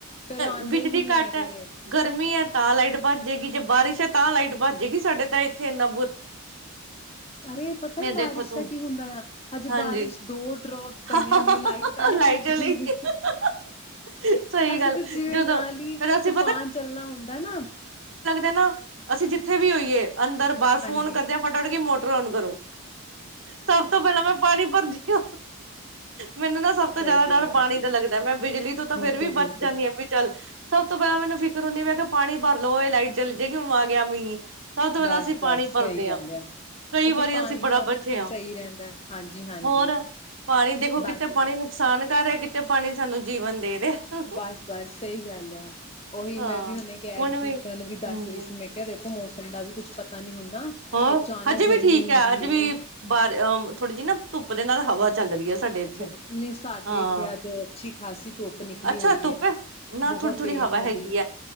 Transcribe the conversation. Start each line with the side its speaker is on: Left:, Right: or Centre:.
Left: ਫੇਰ ਆਉਂਦੇ
Right: ਬਿਜਲੀ
Left: ਵੀ ਨੀ
Right: ਘੱਟ
Left: ਹੈਗੇ
Right: ਗਰਮੀ ਐ। ਤਾਂ ਲਾਈਟ ਭਾਜੇਗੀ ਜੇ ਬਾਰਿਸ਼ ਹੈ, ਤਾਂ ਲਾਈਟ ਭਾਜੇਗੀ ਸਾਡੇ ਤਾਂ ਇੱਥੇ ਐਨਾ
Left: ਅਰੇ ਪਤਾ
Right: ਮੈਂ
Left: ਬਾਰਿਸ਼
Right: ਦੇਖੋ ਤੂੰ
Left: ਦਾ ਕੀ ਹੁੰਦਾ ਆਹਜੇ
Right: ਹਾਂਜੀ
Left: ਬਾਰਿਸ਼ ਦੋ ਡਰੋਪਸ ਪਈਆਂ
Right: ਹਾਂ
Left: ਨੇ ਲਾਈਟ ਪਹਿਲੇ
Right: ਲਾਈਟ
Left: ਫਜ
Right: ਚਲੀ
Left: ਜਾਂਦੀ।
Right: ਗਈ ਸਹੀ
Left: ਅਸੀਂ
Right: ਗੱਲ
Left: ਤਾਂ ਜਿਵੇਂ
Right: ਜਦੋਂ
Left: ਨਾਲ ਹੀ
Right: ਫੇਰ ਅਸੀਂ
Left: ਤੂਫਾਨ ਚੱਲਣਾ ਹੁੰਦਾ ਨਾ
Right: ਹੈਨਾ। ਜਿਥੇ ਵੀ ਹੋਈਏ ਅੰਦਰ ਬਾਹਰ ਫੋਨ
Left: ਹਾਂਜੀ
Right: ਕਰਦੇ ਆ। ਫਟਾਫਟ ਕਿ ਮੋਟਰ ਔਨ ਕਰੋ। ਸਭ ਤੋਂ ਪਹਿਲਾਂ ਮੈਂ ਪਾਣੀ ਭਰਦੀ ਹਾਂ। ਮੈਨੂੰ ਨਾ ਸਭ ਤੋਂ
Left: ਤਾਂ
Right: ਜ਼ਿਆਦਾ
Left: ਵਧੀਆ
Right: ਡਰ
Left: ਕਰਦੇ
Right: ਪਾਣੀ ਦਾ
Left: ਆ,
Right: ਲੱਗਦਾ ਮੈਂ ਬਿਜਲੀ ਤੋਂ ਤਾਂ
Left: ਬਿਲਕੁਲ
Right: ਫੇਰ ਵੀ
Left: ਬਿਲਕੁਲ
Right: ਬਚ ਜਾਣੀ ਆ ਵੀ ਚੱਲ ਸਭ ਤੋਂ ਪਹਿਲਾਂ ਮੈਨੂੰ ਫਿ ਫ਼ਿਕਰ ਹੁੰਦੀ ਮੈਂ ਕਿਹਾ ਪਾਣੀ ਭਰਲੋ ਇਹ ਲਾਈਟ ਚਲ ਜਾਏਗੀ ਹੁਣ ਆ ਗਿਆ ਮੀਹ। ਸਭ ਤੋਂ
Left: ਬਸ
Right: ਪਹਿਲਾਂ ਅਸੀਂ ਪਾਣੀ
Left: ਬਸ
Right: ਭਰਦੇ
Left: ਸਹੀ ਗੱਲ
Right: ਆ ਕਈ
Left: ਦੇਖੋ
Right: ਵਾਰੀ
Left: ਪਾਣੀ
Right: ਅਸੀਂ ਬੜਾ
Left: ਦਾ ਵੀ
Right: ਬਚੇ ਆ।
Left: ਸਹੀ ਰਹਿੰਦਾ ਹਾਂਜੀ ਹਾਂਜੀ
Right: ਹੋਰ ਪਾਣੀ ਦੇਖੋ
Left: ਬਸ
Right: ਕਿਤੇ ਪਾਣੀ ਨੁਕਸਾਨ ਕਰ ਰਿਹਾ ਕਿਤੇ ਤੇ ਪਾਣੀ ਸਾਨੂੰ ਜੀਵਨ ਦੇ। ਰਿਹਾ।
Left: ਬਸ ਬਸ ਸਹੀ ਗੱਲ ਆ ਓਹੀ
Right: ਹਾਂ
Left: ਮੈਂ ਵੀ ਹੁਣੇ ਕਹਿ
Right: ਹੁਣ
Left: ਰਹੀ ਸੀ ਬੱਚਿਆਂ
Right: ਹੂੰ
Left: ਨੂੰ ਵੀ ਦੱਸ ਰਹੀ ਸੀ ਮੈਂ ਕਿਹਾ ਦੇਖੋ ਮੌਸਮ ਦਾ ਵੀ ਕੁਛ ਪਤਾ ਨੀ। ਹੁੰਦਾ।
Right: ਹਾਂ,
Left: ਅਚਾਨਕ
Right: ਅੱਜ
Left: ਗਰਮੀ
Right: ਵੀ ਠੀਕ
Left: ਹੁੰਦੀ
Right: ਐ ਅੱਜ
Left: ਏ
Right: ਵੀ ਬਾਹਰ ਅ ਥੋੜੀ ਜਿਹੀ ਨਾ, ਧੁੱਪ ਦੇ ਨਾਲ ਹਵਾ। ਚੱਲ ਰਹੀ ਹੈ ਸਾਡੇ ਇੱਥੇ
Left: ਅੱਛਾ ਨਹੀਂ ਸਾਡੇ
Right: ਹਾਂ
Left: ਇੱਥੇ ਅੱਜ ਅੱਛੀ ਖਾਸੀ ਧੁੱਪ ਨਿਕਲੀ
Right: ਅੱਛਾ
Left: ਹੋਈ,
Right: ਧੁੱਪ ਹੈ ਨਾਲ
Left: ਬਹੁਤ
Right: ਥੋੜ੍ਹੀ ਥੋੜ੍ਹੀ
Left: ਤੇਜ਼
Right: ਹਵਾ
Left: ਵਾਲੀ
Right: ਹੈਗੀ ਹੈ